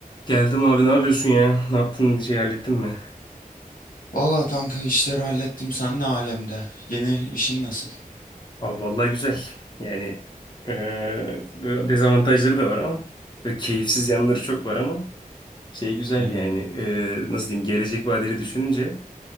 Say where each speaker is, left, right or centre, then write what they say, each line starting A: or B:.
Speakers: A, on the left; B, on the left.
A: Geldim abi ne yapıyorsun ya? Ne yaptın şey hallettin mi?
B: Valla kanka işleri hallettim. Sen ne alemde? Yeni işin nasıl?
A: Abi vallahi güzel. Yani eee, böyle dezavantajları da var ama böyle keyifsiz yanları çok var ama şey güzel
B: Hmm.
A: yani eee, nasıl diyeyim gelecek vadeli düşününce